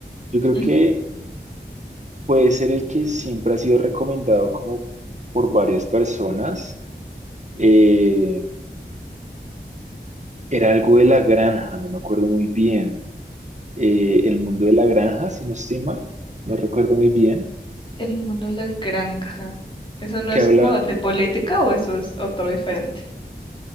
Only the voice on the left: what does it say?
Ujú.
El mundo de la granja. ¿Eso no
es
como de política o eso es otro diferente?